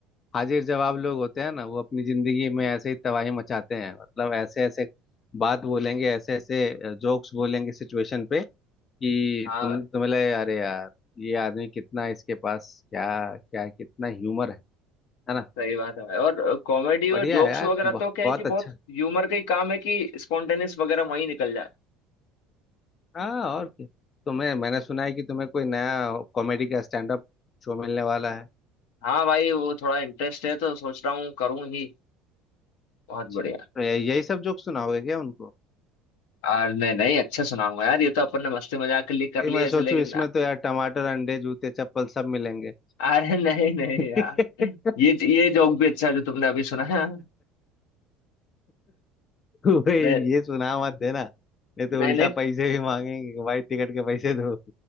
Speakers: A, on the left; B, on the left.
A: हाजिर जवाब लोग होते हैं ना वो अपनी जिंदगी में ऐसे ही तबाही मचाते हैं मतलब ऐसे ऐसे बात बोलेंगे ऐसे ऐसे जोक्स बोलेंगे सिचुएशन पे कि
B: हाँ
A: तुम तुम्हें लगे अरे यार ये आदमी कितना इसके पास क्या क्या कितना ह्यूमर है है ना
B: सही बात है भाई। और कॉमेडी और
A: बढ़िया
B: जोक्स
A: है यार
B: वगैरह
A: ब-
B: तो क्या
A: बहुत
B: है कि
A: अच्छा
B: बहुत ह्यूमर का ही काम है कि स्पॉन्टेनियस वगैरह वहीं निकल जाए
A: हाँ और क्या तुम्हें मैंने सुना है कि तुम्हें कोई नया कॉमेडी का स्टैंड अप शो मिलने वाला है
B: हाँ भाई वो थोड़ा इंटरेस्ट है तो सोच रहा हूँ करूँ ही बहुत
A: अच्छा
B: बढ़िया
A: तो ये- यही सब जोक सुनाओगे क्या उनको
B: और नहीं नहीं अच्छा सुनाऊंगा यार ये तो अपन ने मस्ती मजाक के लिए कर
A: भाई
B: लिया
A: मैं
B: ऐसे
A: सोचूं
B: लेकिन
A: इसमें तो यार टमाटर अंडे जूते चप्पल सब मिलेंगे
B: अरे नहीं नहीं
A: <laughs>
B: यार ये ये जोक भी अच्छा है जो तुमने अभी सुना है
A: तू भाई
B: नहीं
A: ये सुना मत देना नहीं तो
B: नहीं
A: उल्टा
B: नहीं
A: पैसे भी मांगेंगे कि भाई टिकट के पैसे दो